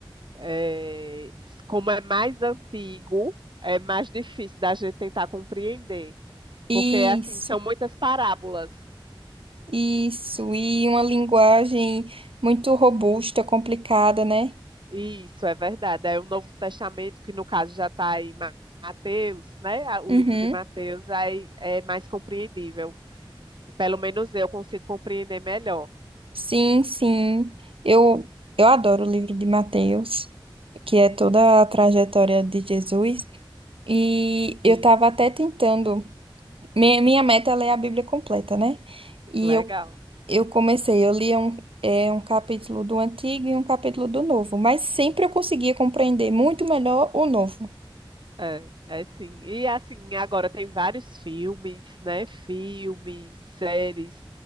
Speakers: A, on the right (about 60°); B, on the right (about 85°).
A: É, como é mais antigo, é mais difícil da gente tentar compreender,
B: Isso,
A: porque assim são muitas parábolas.
B: isso. E uma linguagem muito robusta, complicada, né?
A: Isso é verdade. É o Novo Testamento, que no caso já está em Ma- Mateus, né? A- O
B: Uhum.
A: livro de Mateus aí é mais compreendível. Pelo menos eu consigo compreender melhor.
B: Sim, sim. Eu, eu adoro o livro de Mateus, que é toda a trajetória de Jesus. E
A: Sim,
B: eu estava até tentando. Minha, minha meta é ler a Bíblia completa, né? E
A: legal.
B: eu Eu comecei, eu lia um, é, um capítulo do antigo e um capítulo do novo, mas sempre eu conseguia compreender muito melhor o novo.
A: É, é sim. E assim, agora tem vários filmes, né? Filmes, séries,